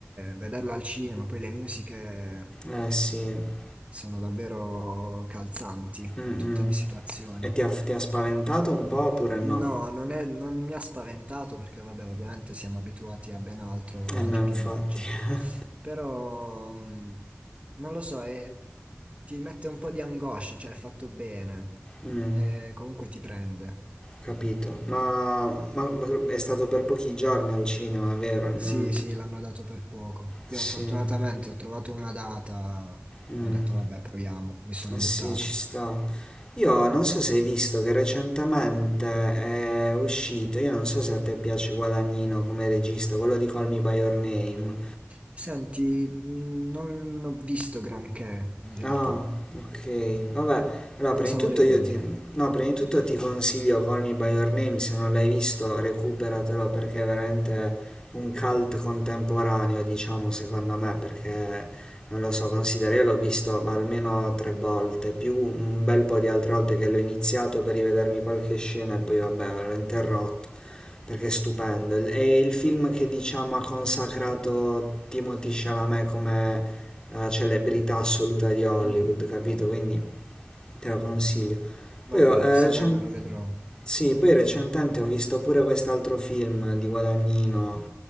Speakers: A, on the right; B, on the left.
A: vederlo al cinema, poi le musiche
B: Eh sì,
A: sono davvero calzanti
B: Mm,
A: in tutte
B: mm.
A: le situazioni.
B: E ti ha, ti ha spaventato un po' oppure no?
A: No, non è- non mi ha spaventato perché vabbè, ovviamente siamo abituati a ben altro
B: Eh no,
A: al giorno
B: infatti.
A: d'oggi,
B: <laughs>
A: però mh, non lo so, è- ti mette un po' di angoscia, cioè è fatto bene,
B: Mm,
A: eh, comunque ti prende.
B: capito. Ma, ma- ma è stato per pochi giorni al cinema, vero? Mm,
A: Sì, sì, l'hanno dato per poco. Io
B: sì.
A: fortunatamente ho trovato una data, ho
B: Mm,
A: detto vabbè, proviamo, mi sono
B: eh sì,
A: buttato.
B: ci sta. Io non so se hai visto che recentemente è uscito, io non so se a te piace Guadagnino come regista, quello di Call Me By Your Name.
A: Senti, mh, non ho visto granché in realtà.
B: Ah, ok. Vabbè, allora
A: Cosa
B: prima di tutto
A: volevi
B: io
A: dire?
B: ti... No, prima di tutto ti consiglio Call Me By Your Name, se non l'hai visto recuperatelo perché è veramente un cult contemporaneo, diciamo, secondo me, perché non lo so, considero, io l'ho visto almeno tre volte, più un bel po' di altre volte che l'ho iniziato per rivedermi qualche scena e poi vabbè, l'ho interrotto perché è stupendo. È il film che diciamo ha consacrato Timothy Chalamet come eh, celebrità assoluta di Hollywood,
A: Mhm.
B: capito? Quindi te lo consiglio.
A: Va
B: Poi, ho,
A: bene,
B: eh,
A: sì,
B: recen-
A: no, me lo vedrò.
B: sì, poi recentemente ho visto pure quest'altro film di Guadagnino